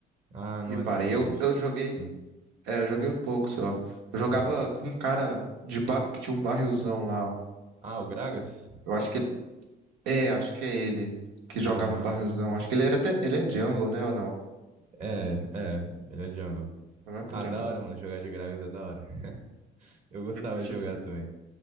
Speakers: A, on the right; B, on the right.
A: ah, não
B: e parei.
A: é suficiente.
B: Eu, eu joguei.
A: Sim.
B: É, eu joguei um pouco só. Eu jogava
A: Aham.
B: com um cara de ba... que tinha um barrilzão lá.
A: Ah, o Gragas?
B: Eu acho que ele- É, acho que é ele que jogava
A: Aham.
B: um barrilzão. Acho que ele era até. Ele é jungle, né? Ou não?
A: É, é, ele é jungle.
B: Não é pra
A: Ah,
B: jungle.
A: da hora, mano, jogar de Gragas é da hora. <laughs> Eu gostava
B: Sim.
A: de jogar também.